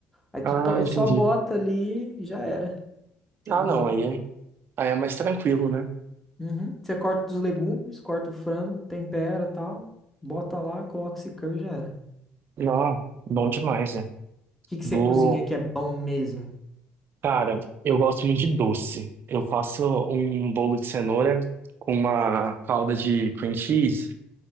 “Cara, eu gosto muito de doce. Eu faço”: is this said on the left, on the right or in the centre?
Right